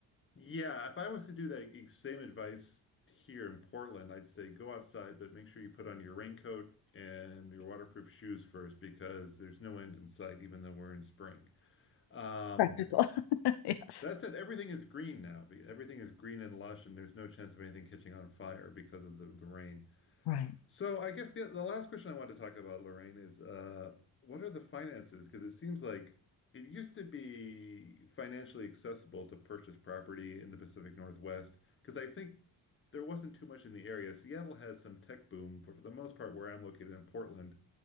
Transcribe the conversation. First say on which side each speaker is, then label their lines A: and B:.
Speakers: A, on the left (about 30°); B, on the left (about 75°).
A: Yeah. If I was to do that ex- same advice here in Portland, I'd say go outside, but make sure you put on your raincoat and your waterproof shoes first because there's no end in sight, even though we're in spring. Um,
B: Practical. <laughs> Yes.
A: that said, everything is green now. Be- Everything is green and lush, and there's no chance of anything catching on fire because of the, the rain.
B: Right.
A: So I guess the, the last question I want to talk about, Lorraine, is uh, what are the finances? Because it seems like it used to be financially accessible to purchase property in the Pacific Northwest, because I think there wasn't too much in the area. Seattle has some tech boom, but for the most part, where I'm located in Portland,